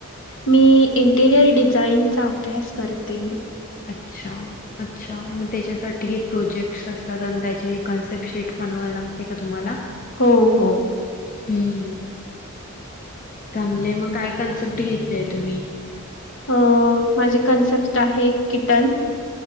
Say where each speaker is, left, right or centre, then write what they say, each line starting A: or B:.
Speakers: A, on the left (about 60°); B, on the left (about 40°).
A: मी इंटिरियर डिझाइनिंगचा अभ्यास करते.
B: अच्छा! अच्छा! मग त्याच्यासाठी हे प्रोजेक्ट्स असतात. आणि त्याची हे कन्सेप्ट शीट बनवायला लागते का तुम्हाला?
A: हो. हो...
B: हम्म! चांगलेय मग काय कॉन्सेप्ट घेतलेय तुम्ही?
A: अ माझी कॉन्सेप्ट आहे किटन